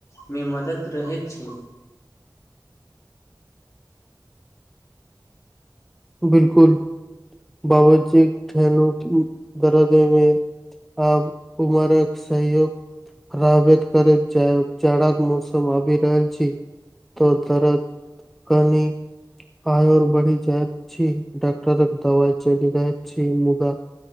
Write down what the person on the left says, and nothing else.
मे मदति रहैत छै